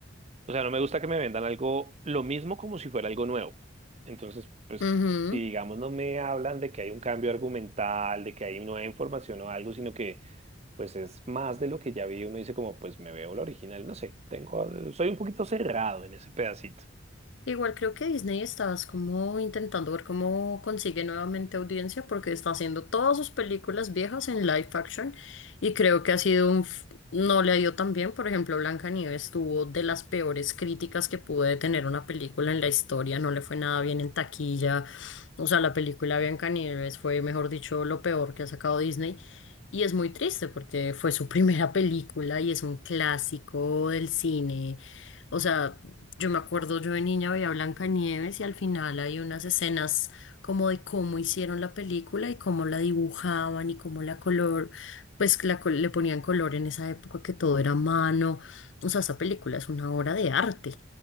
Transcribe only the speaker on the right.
o sea, no me gusta que me vendan algo, lo mismo como si fuera algo nuevo. Entonces, pues,
si digamos no me hablan de que hay un cambio argumental, de que hay nueva información o algo, sino que pues es más de lo que ya vi, uno dice como, pues me veo la original, no sé, tengo, soy un poquito cerrado en ese pedacito.